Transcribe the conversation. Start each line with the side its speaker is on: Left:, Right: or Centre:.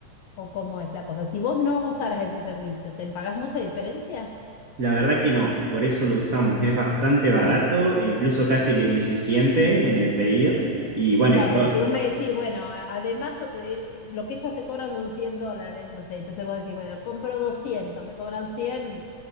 Left: ¿o cómo es la cosa? Si vos no usaras ese servicio, ¿te pagás mucha diferencia?
Right: La verdad que no, por eso lo usamos, es bastante
Left: Ah,
Right: barato e incluso casi que ni se siente en el pedido. Y bueno,
Left: Claro,
Right: y todo,
Left: porque si vos me decís, bueno, a- además eh, lo que ellos te cobran son 100 dólares, no sé, entonces vos decís, bueno, compro 200, me cobran 100,